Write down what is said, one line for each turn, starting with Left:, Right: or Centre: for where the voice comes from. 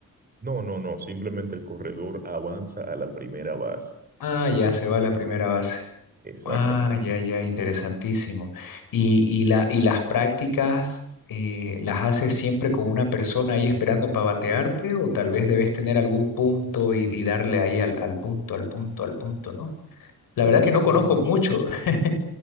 Right: No, no, no. Simplemente el corredor avanza a la primera base.
Left: Ah, ya se va la primera base.
Right: Exactamente.
Left: Ah, ya, ya, interesantísimo. Y, y, la, y las prácticas eh, las haces siempre con una persona ahí esperando para batearte o tal vez debes tener algún punto y, y darle ahí al, al punto, al punto, al punto, ¿no? La verdad
Right: Más
Left: que no
Right: o menos.
Left: conozco mucho. <laughs>